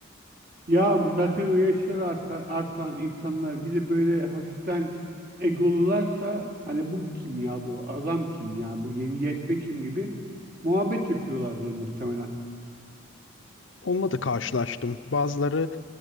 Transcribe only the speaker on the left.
Onunla da karşılaştım. Bazıları